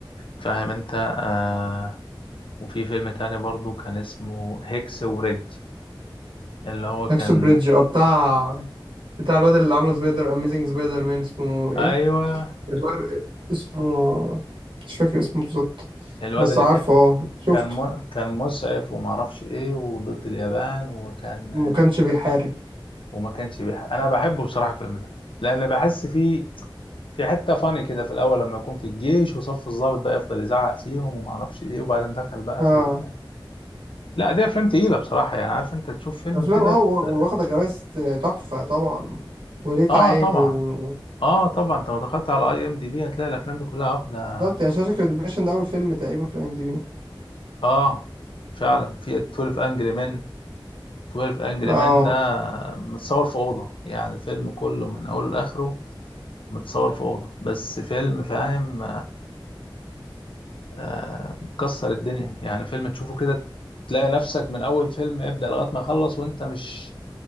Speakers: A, on the left (about 75°); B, on the right (about 70°).
A: فاهم انت آه وفي فيلم تاني برضو كان اسمه هيكس وريدج اللي هو كان
B: هاكسو بريدج اه بتاع بتاع الواد اللي عامل سبايدر اميزنج سبايدر مان اسمه ايه
A: ايوه
B: جبار اسمه مش فاكر اسمه بالظبط
A: الواد
B: بس
A: اللي
B: عارفه
A: كان
B: اه شفته
A: كان م... كان مسعف ومعرفش ايه وضد اليابان وكان
B: ما كانش بيحارب
A: وما كانش بيح... انا بحبه بصراحة الفيلم ده لان بحس فيه في حتة فاني كده في الأول لما يكون في الجيش وصف الضابط بقى يفضل يزعق فيهم وما أعرفش إيه وبعدين دخل بقى
B: اه
A: في ال... لا دي أفلام تقيلة بصراحة يعني عارف أنت تشوف فيلم
B: افلام
A: كده
B: اه وا-
A: ت-
B: واخده جوائز تحفه طبعا وريت
A: آه
B: عالي
A: طبعا
B: و...
A: آه طبعا أنت لو دخلت على أي إم دي بي هتلاقي الأفلام دي كلها واخدة
B: بالظبط يا شاشه ريدمبشن ده اول فيلم تقريبا في الام دي بي
A: آه فعلا في 12 أنجري مان 12 أنجري
B: اه
A: مان ده متصور في أوضة يعني الفيلم كله من أوله لآخره متصور في أوضة بس فيلم فاهم آه، مكسر الدنيا يعني فيلم تشوفه كده تلاقي نفسك من اول فيلم ابدأ لغاية ما يخلص وانت مش